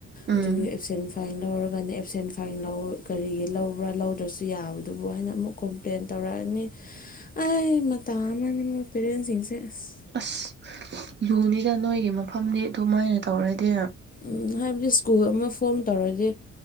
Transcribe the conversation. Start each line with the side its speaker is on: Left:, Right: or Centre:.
Right: ꯎꯝ
Left: ꯑꯗꯨꯒꯤ ꯑꯦꯞꯁꯦꯟ ꯐꯥꯏꯟ ꯂꯧꯔꯒꯅ ꯑꯦꯞꯁꯦꯟ ꯐꯥꯏꯟ ꯂꯧ ꯀꯔꯤꯒꯤ ꯂꯧꯕ꯭ꯔꯥ ꯂꯧꯗ꯭ꯔꯁꯨ ꯌꯥꯕꯗꯨꯕꯨ ꯍꯥꯏꯅ ꯑꯃꯨꯛ ꯀꯣꯝꯄ꯭ꯂꯦꯟ ꯇꯧꯔꯛꯑꯅꯤ ꯑꯩ ꯃꯇꯥ ꯑꯃꯅꯦ ꯃꯣꯏ ꯄꯦꯔꯦꯟꯁꯁꯤꯡꯁꯦ ꯑꯁ
Right: ꯑꯁ ꯌꯨꯅꯤꯗ ꯅꯣꯏꯒꯤ ꯃꯐꯝꯅꯤ ꯑꯗꯨꯃꯥꯏꯅ ꯇꯧꯔꯗꯤ
Left: ꯎꯝ ꯍꯥꯏꯕꯗꯤ ꯁ꯭ꯀꯨꯜ ꯑꯃ ꯐꯣꯔꯝ ꯇꯧꯔꯗꯤ